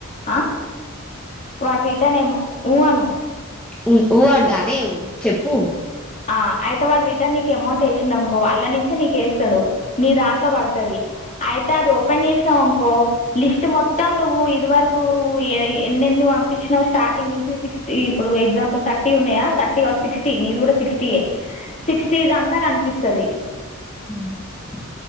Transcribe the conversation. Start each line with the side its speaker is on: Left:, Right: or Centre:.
Left: ఆ వాడు రిటనేమ్మ ఊ అను
Centre: ఉ ఊ అంట అదే చెప్పు
Left: ఆ అయితే వాడ్ రిటర్న్ నీకు అమౌంట్ వేసిండడునుకో అల్ల నుంచే నీక వేస్తాడు మీ దాంట్లో పడుతుది అయితే అది ఓపెన్ చేసినావు అనుకో లిస్ట్ మొత్తం నువ్వు ఇది వరకు ఎన్ని ఎన్ని పంపించినా్ స్టార్టింగ్ నుంచి సిక్స్టీ ఇప్పుడు ఎగ్జాంపుల్ థర్టీ ఉన్నాయా థర్టీ సిక్స్టీ నీది కూడ సిక్స్టీప సిక్స్టీ ఇది అంతా కనిపిస్తుది
Centre: అ